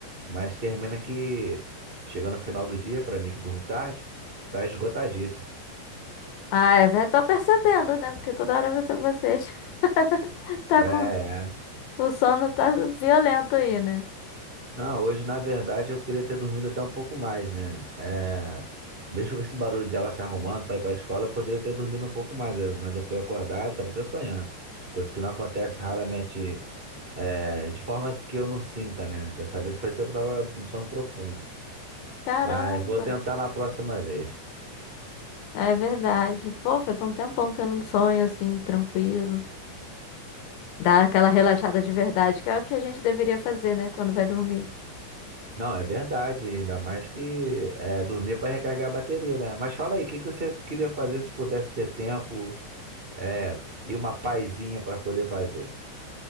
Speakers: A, on the right; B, on the left.
A: Mas termina que chega no final do dia, pra mim que durmo tarde, tá esgotadíssimo.
B: Ah, é, ver- tô percebendo, né? Porque toda hora você, vocês <laughs> tá
A: É,
B: com
A: é.
B: O sono tá violento aí, né?
A: Não, hoje na verdade eu queria ter dormido até um pouco mais, né? É, mesmo com esse barulho dela se arrumando pra ir pra escola, eu poderia ter dormido um pouco mais, eu- mas eu fui acordado, tava até sonhando. Coisa que não acontece raramente É, de forma que eu não sinta, né? Dessa vez pareceu que eu tava no sono profundo.
B: Caramba,
A: Mas vou tentar na próxima vez.
B: é verdade. Pô, faz um tempão que eu não sonho assim, tranquilo. Dá aquela relaxada de verdade, que é o que a gente deveria fazer, né, quando vai dormir.
A: Não, é verdade, ainda mais que é, dormir para recarregar a bateria, né? Mas fala aí, o que que você queria fazer se pudesse ter tempo, é, e uma paizinha para poder fazer?